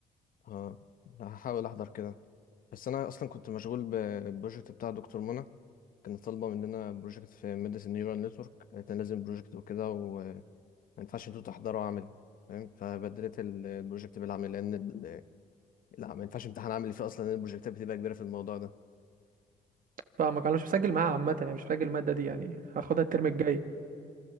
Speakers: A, on the left (about 60°); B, on the right (about 55°).
A: اه هحاول احضر كده بس انا اصلا كنت مشغول بالبروجكت بتاع دكتور منى كان طالبة مننا بروجكت في مدرسة النيورال نتورك قالت لنا لازم بروجكت وكده وما ينفعش انتوا تحضروا عملي فاهم فبدلت ال- البروجكت بالعمل لان ال- لا ما ينفعش امتحان عملي فيه اصلا لان البروجكتات بتبقى كبيره في الموضوع ده
B: فما كان مش مسجل معاه عامه يعني مش مسجل الماده دي يعني هاخدها الترم الجاي